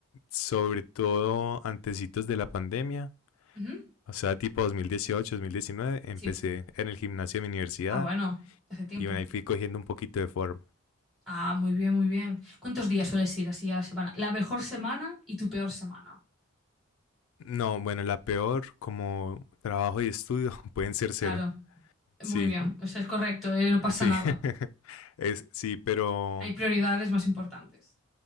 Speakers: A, on the left; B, in the centre.
A: sobre todo antecitos de la pandemia,
B: Ujú.
A: o sea, tipo 2018, 2019, empecé
B: Sí.
A: en el gimnasio de mi universidad
B: Ah, bueno, de hace tiempo.
A: y bueno, ahí fui cogiendo un poquito de forma.
B: Ah, muy bien, muy bien. ¿Cuántos días sueles ir así a la semana? La mejor semana y tu peor semana.
A: No, bueno, la peor como trabajo y estudio <laughs> pueden ser cero.
B: Claro,
A: Sí,
B: muy bien. O sea, es correcto, eh,
A: eh,
B: No pasa
A: sí,
B: nada.
A: <laughs> es, sí, pero
B: Hay prioridades más importantes.